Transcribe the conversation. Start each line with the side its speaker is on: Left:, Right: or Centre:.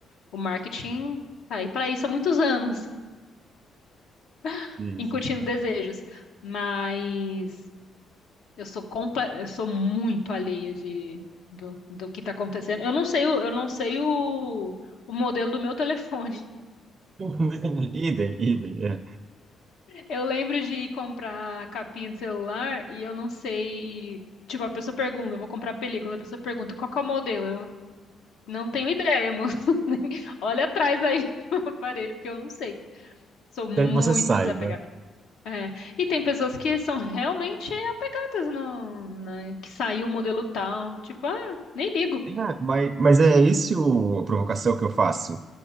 Left: O marketing tá aí para isso há muitos anos, <laughs>
Right: isso
Left: incutindo desejos. Mas eu sou comple- eu sou muito alheia de, do, do que está acontecendo. Eu não sei, o- eu não sei o, o modelo do meu telefone. <laughs>
Right: <laughs> Idem, idem. é.
Left: Eu lembro de ir comprar capinha de celular e eu não sei. Tipo, a pessoa pergunta, eu vou comprar película, a pessoa pergunta qual que é o modelo? Eu Não tenho ideia, moço. <laughs> Nem- Olha atrás aí <laughs> no aparelho, porque eu não sei. Sou muito
Right: Quero que você saiba.
Left: desapegada. É. E tem pessoas que são realmente apegadas no, né, que saiu o modelo tal, tipo, ah, nem ligo.
Right: É, mas, mas é esse o, a provocação que eu faço.